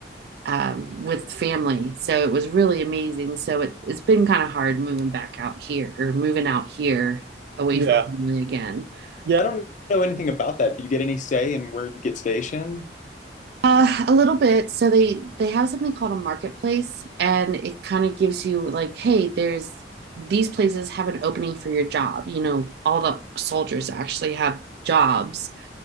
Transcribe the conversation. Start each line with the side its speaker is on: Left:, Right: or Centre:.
Right: um, with family. So it was really amazing. So it, it's been kind of hard moving back out here or moving out here away Yeah. from family again. Yeah.
Left: I don't know anything about that. Do you get any say in where you get stationed?
Right: Uh, a little bit. So they they have something called a marketplace, and it kind of gives you like, hey, there's these places have an opening for your job. You know, all the soldiers actually have jobs,